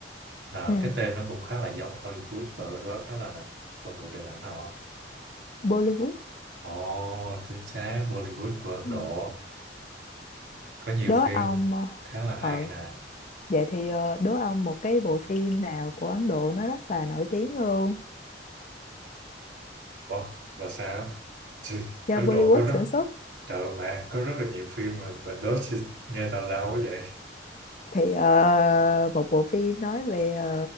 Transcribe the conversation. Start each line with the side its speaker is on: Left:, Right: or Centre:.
Right: là
Left: ừ.
Right: cái tên nó cũng khá là giống Hollywood và đó đó đó là nền công nghiệp điện ảnh nào không?
Left: Bollywood.
Right: Ồ, chính xác Bollywood của Ấn
Left: Ừ.
Right: Độ có nhiều
Left: Đố
Right: phim
Left: ông
Right: khá là hay
Left: ờ, ừ.
Right: nè
Left: Vậy thì ờ, đố ông một cái bộ phim nào của Ấn Độ nó rất là nổi tiếng luôn
Right: Ủa, và sao Thì
Left: do
Right: Ấn
Left: Bollywood
Right: Độ có rất
Left: sản xuất
Right: trời ơi, mẹ có rất là nhiều phim mà bà đố chứ nghe tào lao quá vậy
Left: thì ờ, một bộ phim nói về ờ,